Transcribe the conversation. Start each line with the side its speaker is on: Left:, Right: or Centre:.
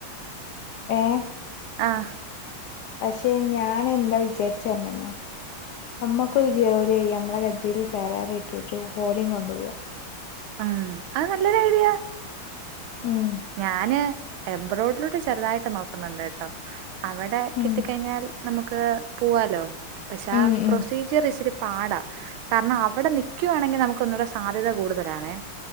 Left: ഏഹ്
Right: ആഹ്
Left: പക്ഷെ ഞാൻ എന്താ വിചാരിച്ചർഞ്ഞര്നോ നമ്മുക്കൊരു ജോലിയ്യ നമ്മളെ കജ്ജില് സാലറി കിട്ടിട്ട് ഓലിം കൊണ്ടോവാ
Right: ഉം അത് നല്ലൊരു ഐഡിയ
Left: ഉം
Right: ഞാന് എംബ്രോഡിലോട്ട് ചെറുതായിട്ട് നോക്കുന്നുണ്ട് കേട്ടോ അവിടെ കിട്ടിക്കഴിഞ്ഞാൽ
Left: ഉം
Right: നമുക്ക് പോവാലോ പശേ
Left: ഉം
Right: പ്രൊസീജ
Left: ഉം
Right: ർ ഇച്ചിരി പാടാ കാരണം അവിടെ നിക്കുവാണെങ്കിൽ നമുക്ക് ഒന്നൂടെ സാധ്യത കൂടുതലാണേ